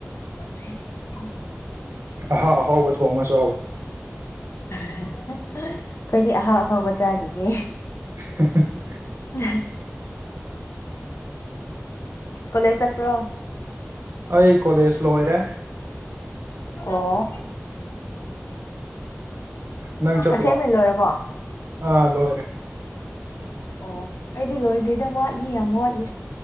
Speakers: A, on the left; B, on the right.
A: <unintelligible>
B: ꯑꯍꯥꯎ ꯑꯍꯥꯎꯕ ꯊꯣꯡꯉ ꯆꯥꯎꯋꯣ
A: ꯑꯩꯈꯣꯏꯗꯤ ꯑꯍꯥꯎ ꯑꯍꯥꯎꯕ ꯆꯥꯗꯤꯌꯦ
B: <unintelligible>
A: <inaudible> ꯀꯣꯂꯦꯖ ꯆꯠꯄ꯭ꯔꯣ
B: ꯑꯩ ꯀꯣꯂꯦꯖ ꯂꯣꯏꯔꯦ
A: ꯑꯣ
B: ꯅꯪ ꯆꯠꯄ꯭ꯔꯣ
A: ꯑꯁꯦꯡꯕꯩ ꯂꯣꯏꯔꯕꯣ
B: ꯑꯥ ꯂꯣꯏꯔꯦ
A: ꯑꯣ ꯑꯩꯗꯤ ꯂꯣꯏꯗ꯭ꯔꯤꯗ ꯋꯥꯠꯂꯤ ꯌꯥꯝ ꯋꯥꯠꯂꯤ